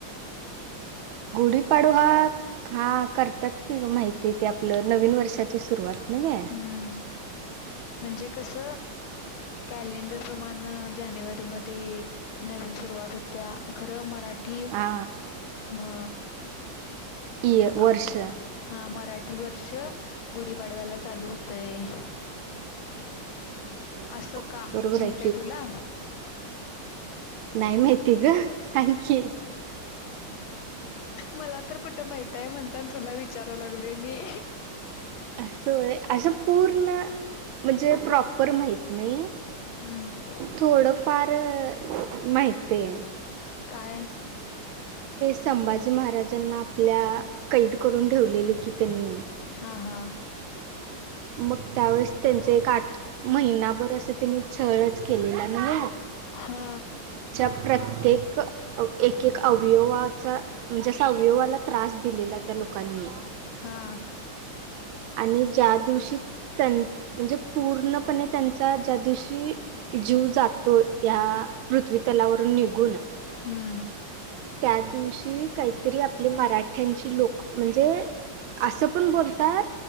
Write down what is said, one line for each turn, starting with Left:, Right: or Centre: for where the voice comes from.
Right: गुढीपाडवा हा ह करतात की माहिती आहे ते आपलं नवीन वर्षाची सुरुवात. नव्हे
Left: हम्म म्हणजे कस. कॅलेंडर प्रमाण जानेवारी मध्ये. नवीन सुरुवात होत्या खरं मराठी.
Right: हा
Left: अ
Right: इ वर्ष
Left: आपल्या हा मराठी कि वर्ष गुढीपाडवा्याला चालू होतय.
Right: होय
Left: असं का
Right: बरोबर
Left: माहितय
Right: आहे
Left: तुला.
Right: नाहीय माहती ग सांग की
Left: मला तर कुठं माहित आहे म्हणताना तुला विचाराय लागले मी.
Right: असं आहे असं पूर्ण म्हणजे प्रॉपर माहीत नाही
Left: हम्म
Right: थोडं फार माहितय.
Left: काय.
Right: संभाजी महाराजांना आपल्या कैद करून ठेवलेले की त्यांनी.
Left: हा हा.
Right: मग त्यावेेळेस त्यांच एक आठ महिनाभर असं त्यांनी छळच केलेला ना.
Left: हा
Right: प्रत्येक एक एक अवयवाचा म्हणजे अवयवाला त्रास दिलेला त्या. लोकाांनी..
Left: हा.
Right: आणि ज्या दिवशी--. म्हणजे पूर्णप त्यां ज्या दिवशी त्यांचा जीव जातो यि. या पृथ्वी तलावरून निघून
Left: हम्म
Right: त्या दिवशी काहीतरी आपले मराठ्यांची लोक म्हणजे असं पण बोलतात.